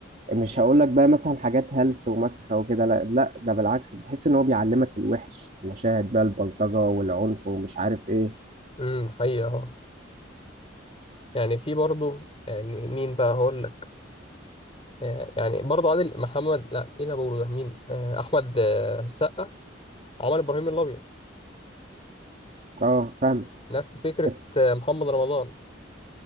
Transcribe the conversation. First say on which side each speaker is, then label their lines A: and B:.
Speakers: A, on the right; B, on the left.
A: مش هقول لك بقى مثلا حاجات هلس ومسخه وكده لا لا ده بالعكس تحس ان هو بيعلمك الوحش المشاهد بقى البلطجه والعنف ومش عارف ايه
B: امم حقيقه اه يعني في برضه يعني مين بقى هقول لك آه يعني برضه عادل محمد لا مين اللي بقوله ده مين آه احمد آه سقا عمل ابراهيم الابيض
A: اه فاهم
B: نفس فكرة
A: بس
B: آه، محمد رمضان